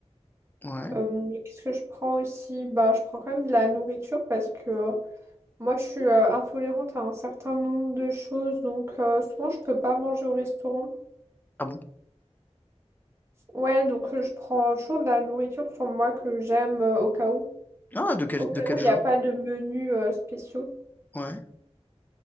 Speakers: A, on the left; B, on the right.
A: Ouais.
B: Euh, qu'est-ce que je prends aussi? Bah, je prends quand même de la nourriture parce que euh, moi, je suis euh, intolérante à un certain nombre de choses. Donc, euh, souvent, je peux pas manger au restaurant.
A: Ah bon?
B: Ouais, donc euh, je prends toujours de la nourriture sur moi que j'aime euh, au cas où.
A: Ah, de quel,
B: Au cas
A: de quel
B: où, il
A: genre?
B: n'y a pas de menu euh, spéciaux.
A: Ouais.